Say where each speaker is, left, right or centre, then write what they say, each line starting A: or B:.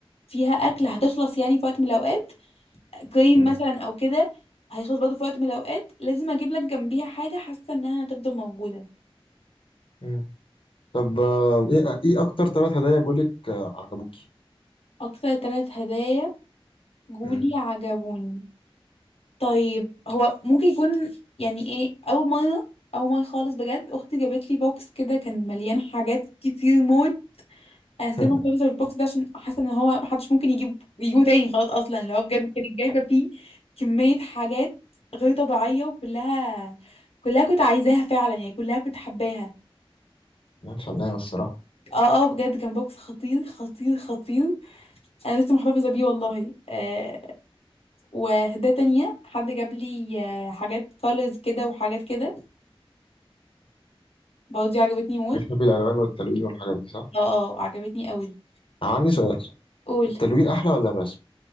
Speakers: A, on the left (about 80°); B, on the left (about 60°).
A: فيها اكل
B: مم.
A: هتخلص يعني في وقت من الاوقات كريم
B: مم.
A: مثلا او كده هيخلص برضه في وقت من الاوقات لازم اجيب لك جنبيها حاجه حاسه انها هتفضل موجوده
B: مم. طب آه، إيه إيه أكتر ثلاث هدايا جولك آه، عجبوكي؟
A: اكتر ثلاث هدايا جولي
B: مم.
A: عجبوني طيب هو ممكن يكون يعني ايه اول مره اول مره خالص بجد اختي جابت لي بوكس كده كان مليان حاجات كتير موت انا
B: <laughs>
A: ستيل محتفظه بالبوكس ده عشان حاسه ان هو محدش ممكن يجيب يجيبه تاني خلاص اصلا اللي هو بجد كانت جايبه فيه كميه حاجات غير طبيعيه وكلها كلها كنت عايزاها فعلا يعني كلها كنت حباها
B: مش علينا الصراحة
A: اه اه بجد كان بوكس خطير خطير خطير انا لسه محتفظه بيه والله آه وهدايا تانية حد جاب لي آه، حاجات كولرز كده وحاجات كده برضه دي عجبتني موت
B: بتحبي الالوان والتلوين والحاجات دي صح
A: اه اه عجبتني قوي
B: عندي سؤال صح
A: قول
B: التلوين احلى ولا الرسم